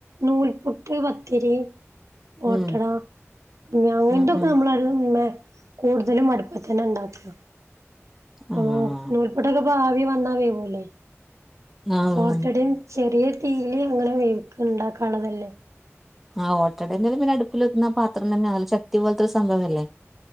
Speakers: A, on the right; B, in the centre.
A: നൂൽപുട്ട് പത്തിരി ഓട്ടട
B: ഉം
A: <unintelligible> അങ്ങനത്തൊക്കെ
B: ഉം ഉം
A: നമ്മളെ <unintelligible> കൂടുതലുമടു തന്നാ ഉണ്ടാക്ക്ക
B: ആഹ്
A: ഓഹ് നൂൽപുട്ടൊക്കെ <unintelligible> ആവി വന്നാ വേവൂല്ലേ
B: ആഹ്
A: ഓട്ടടയും ചെറിയ തീയില് അങ്ങനെ <unintelligible> ഉണ്ടാക്കാള്ളതല്ലേ
B: ആഹ് ഓട്ടട എന്തായാലും പിന്നെ അടുപ്പിൽ വക്കുന്ന പാത്രം തന്നെ <unintelligible> ചട്ടി പോലത്തൊരു സംഭവം അല്ലേ